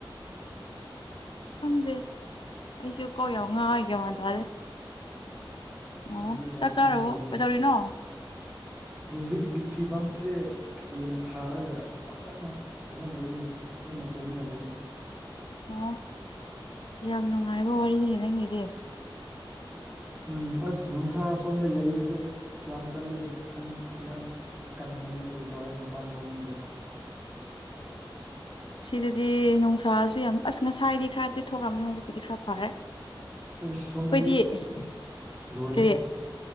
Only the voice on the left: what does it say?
ꯈꯪꯗꯦ ꯑꯩꯁꯨ ꯀꫭꯛ ꯌꯥꯝ ꯉꯥꯎꯏ ꯒ꯭ꯌꯥꯟ ꯃ‌ꯦꯟ ꯇꯥꯗ‌ꯦ
ꯑꯣ ꯆꯥꯛ
ꯆꯥꯔꯕꯣ
ꯀꯩꯗꯧꯔꯤꯅꯣ
ꯑꯣ ꯌꯥꯝ ꯅꯨꯡꯉꯥꯏꯕ ꯋꯥꯔꯤꯅꯤ ꯅꯪꯒꯤꯗꯤ
ꯁꯤꯗꯗꯤ ꯅꯨꯡꯁꯥꯁꯨ ꯌꯥꯝ ꯑꯁ ꯉꯁꯥꯏꯗꯤ ꯈꯔꯗꯤ ꯊꯣꯛꯑꯝꯃꯦ ꯍꯧꯖꯤꯛꯄꯨꯗꯤ ꯈꯔ ꯐꯔꯦ
ꯑꯩꯈꯣꯏꯗꯤ
ꯀꯔꯤ